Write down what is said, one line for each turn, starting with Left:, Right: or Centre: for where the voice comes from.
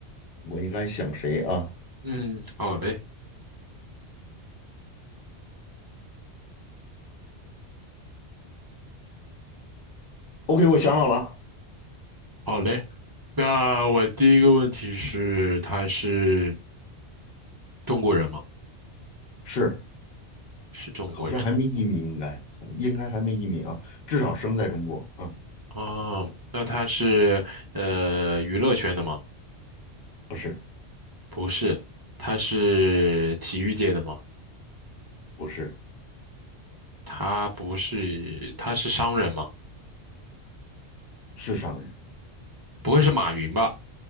Left: 我应该想谁啊
Right: 嗯，好嘞，
Left: ？OK，我想好了，
Right: 好嘞，那我第一个问题是，他是中国人吗？
Left: 是，
Right: 是中国人。
Left: 好像还没移民，应该应该还没移民啊，至少生在中国啊，
Right: 哦，那他是呃娱乐圈的吗？
Left: 不是
Right: 不是，他是体育界的吗？
Left: 不是，
Right: 他不是，他是商人吗？
Left: 是商人。
Right: 不会是马云吧？